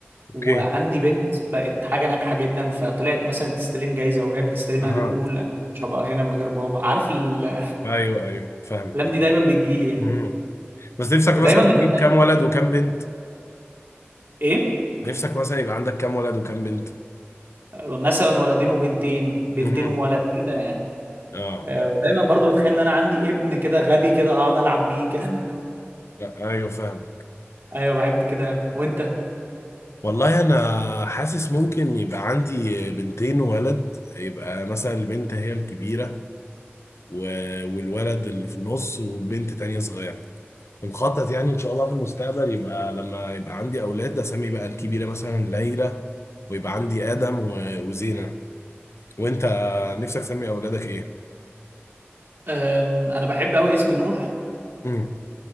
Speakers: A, on the left; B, on the right.
A: اوكي
B: وعندي بنت بقت حاجه ناجحه جدا فطلعت مثلا تستلم جايزه وهي بتستلمها
A: اها
B: بتقول انا مش هبقى هنا من غير بابا عارف الاحلام
A: ايوه ايوه فاهمك
B: دي دايما بتجيلي يعني
A: مهم. بس نفسك
B: ودايما
A: مثلا
B: بتخيل
A: تجيب كام ولد وكام بنت
B: ايه
A: نفسك مثلا يبقى عندك كام ولد وكام بنت
B: مثلا ولدين وبنتين بنتين
A: مهم.
B: وولد كده يعني
A: اه
B: آه، ودايما برضو بتخيل ان انا عندي ابن كده غبي كده اقعد العب بيه كده
A: لا ايوه فاهم
B: <laughs> ايوه بحب كده وانت
A: والله انا حاسس ممكن يبقى عندي بنتين وولد يبقى مثلا البنت هي الكبيرة و... والولد اللي في النص وبنت تانية صغيرة ومخطط يعني ان شاء الله في المستقبل يبقى لما يبقى عندي اولاد اسمي بقى الكبيرة مثلا ليلى ويبقى عندي ادم و... وزينة وانت نفسك تسمي اولادك ايه؟
B: أم، انا بحب قوي اسم نوح
A: امم